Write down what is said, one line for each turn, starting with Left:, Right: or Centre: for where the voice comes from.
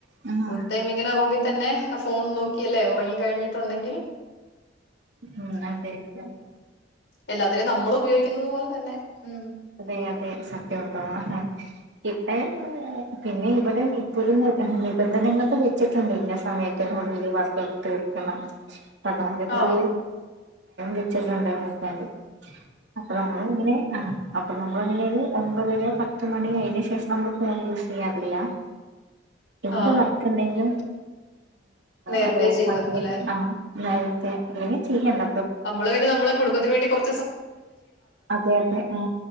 Right: ഉം
Left: ഫുൾടൈ ഇങ്ങനെ റൂമിൽ തന്നെ ഫോൺ നോക്കിയല്ലേ ഉറങ്ങി കഴിഞ്ഞിട്ടുണ്ടെങ്കിൽ
Right: ഉം അതെ അതെ
Left: എല്ലാത്തിനെയും നമ്മൾ ഉപയോഗിക്കുന്നത് പോലെ തന്നെ ഉം
Right: അതെ അതെ ോ ഇപ്പ പിന്നെ ഇവിടെ ഇപ്പൊ നിബന്ധനകൊക്കെ ട്ടുണ്ട് ഇന്ന സമയത്തി മുള്ളിൽ വർക്കൊക്കെ തീർക്കണം പതണ്ടടൈം
Left: ആ
Right: കട്ടിട്ടുണ്ട് ഹസ്ബൻഡ് അപ്പൊ നമ്മള് ഇങ്ങനെ ആ അപ്പൊ നമ്മൾ അങ്ങനെൊ ഒരു ഒമ്പത് രൂ പത്ത് മണി അയന് ശേഷം നമ്മൾ ഫോൺ യൂസ് ചെയ്യാറില്ല എന്ത്
Left: ആ
Right: വർക്ക് ഉണ്ടെങ്കിലും
Left: നേരത്തെ
Right: അത് ഓഫ
Left: ചെയ്ത്
Right: ആക്കി
Left: അല്ലെ
Right: വെക്കണം ആ നേരത്തെ അല്ലെങ്കിൽ ചെയ്യണ്ട
Left: നമ്മള് വേണ്ടി നമ്മെ കുടുംബത്തിന് വേണ്ട കുറ
Right: അതെ അതെ ആ്